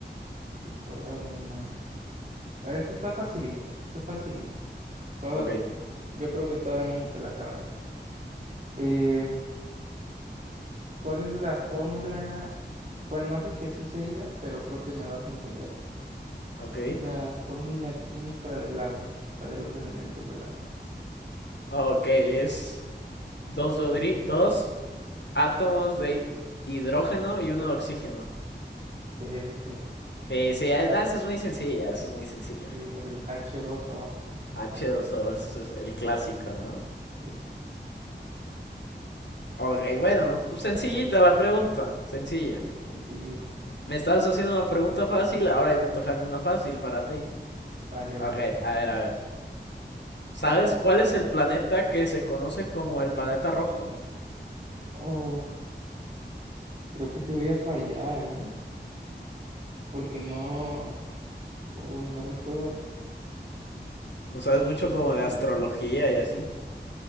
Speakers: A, on the right; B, on the left.
A: recordar una. A ver, esta está facilita, está facilita. Todo,
B: Ok,
A: yo creo que todo el mundo se la sabe. Eh, ¿Cuál es la fórmula? Bueno, no sé si así se diga, pero creo que me vas a entender.
B: ok.
A: La fórmula química del agua, o sea, de los elementos del agua.
B: Ok, es dos, dodri- dos átomos de hidrógeno y uno de oxígeno.
A: Es ese,
B: Sí, sí, eh, no, eso es muy sencilla, eso es muy sencilla.
A: el h dos o
B: h
A: Bueno,
B: dos o eso es el clásico, ¿no?
A: Sí,
B: Ok, bueno, pues sencillita la pregunta, sencilla.
A: sí, sencillita.
B: Me estabas haciendo una pregunta fácil, ahora me toca a mí una fácil para ti.
A: Vale, vale,
B: Ok,
A: vale.
B: a ver, a ver. ¿Sabes cuál es el planeta que se conoce como el planeta rojo?
A: Oh, creo que te voy a fallar, ¿eh? Porque no, oh, no recuerdo
B: No sabes mucho
A: planeta
B: como de astrología
A: rojo.
B: y así.